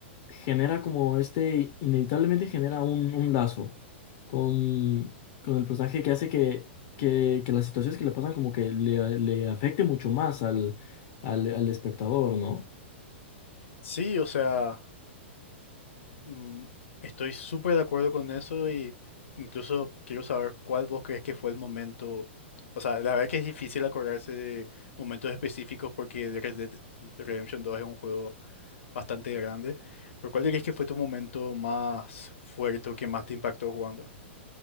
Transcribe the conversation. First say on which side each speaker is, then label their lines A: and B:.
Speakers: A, on the left; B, on the left.
A: genera como este, inevitablemente genera un, un lazo con, con el personaje que hace que, que, que las situaciones que le pasan como que le, le afecte mucho más al, al, al espectador, ¿no?
B: Sí, o sea, mm, estoy súper de acuerdo con eso y incluso quiero saber cuál vos crees que fue el momento. O sea, la verdad que es difícil acordarse de momentos específicos porque Red Dead Redemption dos es un juego bastante grande, pero ¿cuál dirías que fue tu momento más fuerte o que más te impactó jugando?